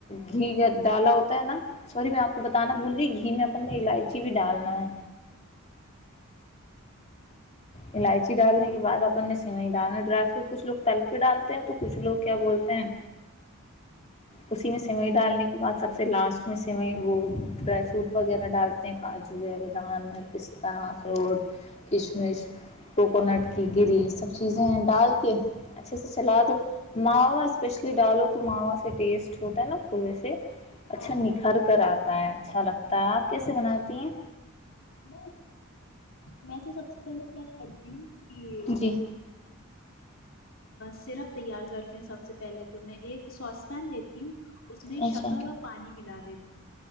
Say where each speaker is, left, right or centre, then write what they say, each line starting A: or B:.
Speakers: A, on the left; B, on the left.
A: گھی ڈالا ہوتا ہے نا سوری میں آپ کو بتانا بھول رہی گھی میں اپ الائچی بھی ڈالنا ہے الائچی ڈالنے کے بعد اپن نے سیوئی ڈالنا ڈرائی فروٹ کچھ لوگ تل کے ڈالتے ہیں تو کچھ لوگ کیا بولتے ہیں اسی میں سیوئئی ڈالنے کے بعد سب سے لاسٹ میں سیوئ وہ ڈرائی فروٹ وغیرہ ڈالتے ہیں کاجو ہے بادام ہے پستہ اخروٹ کشمش کوکونٹ کی گری یہ سب چیزیں ہیں ڈال کے اچھے سے چلا دو ماوا اسپیشلی ڈالو تو ماوا سے ٹیسٹ ہوتا ہے نا خوب سے اچھا
B: ہاں
A: نکھار کر آ اچھا لگتا ہے آپ کیسے
B: ہاں اچھا
A: بناتی ہیں
B: میں میں تو سب سے پہلے کیا کرتی ہوں کہ
A: جی
B: وہ سرپ تیار کرتی ہوں سب سے پہلے تو میں ایک سوس پن لیتی ہوں اس میں
A: اچھا
B: شکر اور پانی ملاات د